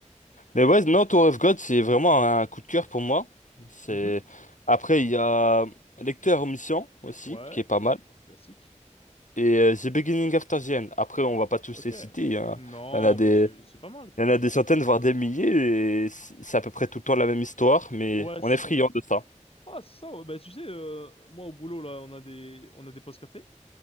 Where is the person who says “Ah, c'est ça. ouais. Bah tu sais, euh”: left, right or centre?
Left